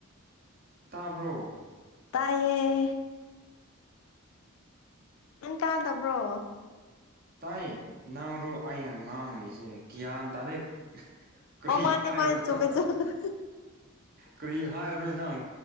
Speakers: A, on the right; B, on the left.
A: ꯇꯥꯕ꯭ꯔꯣ
B: ꯇꯥꯏꯌꯦ ꯅꯪ ꯇꯥꯗꯕ꯭ꯔꯣ
A: ꯇꯥꯏ ꯅꯪꯗꯣ ꯑꯩꯅ ꯉꯥꯡꯂꯤꯁꯦ ꯒ꯭ꯌꯥꯟ ꯇꯥꯗꯩ ꯀꯔꯤ
B: ꯑꯣ ꯃꯥꯅꯦ
A: ꯍꯥꯏꯕ꯭ꯔꯣ
B: ꯃꯥꯅꯦ
A: ꯅꯣ
B: ꯆꯨꯝꯃꯦ
A: ꯍꯥꯍꯥ
B: ꯆꯨꯝꯃꯦ
A: ꯀꯔꯤ ꯍꯥꯏꯕꯅꯣꯅꯦ ꯅꯪ